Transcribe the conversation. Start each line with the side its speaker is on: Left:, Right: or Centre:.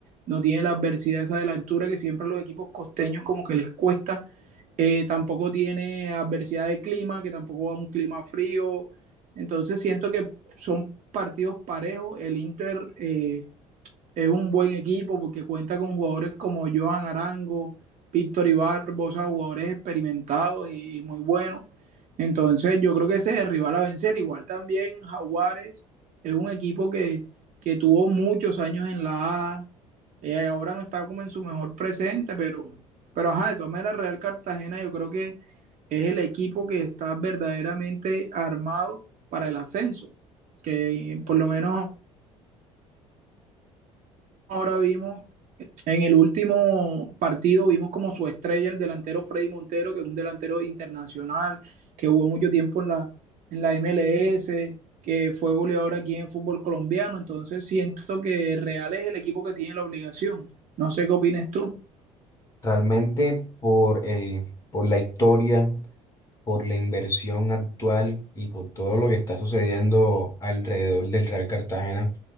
Right: no tiene la adversidad esa de la altura que siempre a los equipos costeños como que les cuesta, eh, tampoco tiene adversidad de clima, que tampoco va a un clima frío, entonces siento que son partidos parejos, el Inter Eh, es un buen equipo porque cuenta con jugadores como Johan Arango, Víctor Ibarbo, o sea, jugadores experimentados y, y muy buenos. Entonces, yo creo que ese es el rival a vencer. Igual también Jaguares es un equipo que, que tuvo muchos años en la A. Eh, ahora no está como en su mejor presente, pero, pero ajá, de todas maneras, Real Cartagena yo creo que es el equipo que está verdaderamente armado para el ascenso. Que por lo menos ahora vimos en el último partido vimos como su estrella el delantero Freddy Montero, que es un delantero internacional, que jugó mucho tiempo en la, en la MLS, que fue goleador aquí en el fútbol colombiano. Entonces siento que Real es el equipo que tiene la obligación. No sé qué opinas tú.
Left: Realmente por el, por la historia. por la inversión actual y por todo lo que está sucediendo alrededor del Real Cartagena,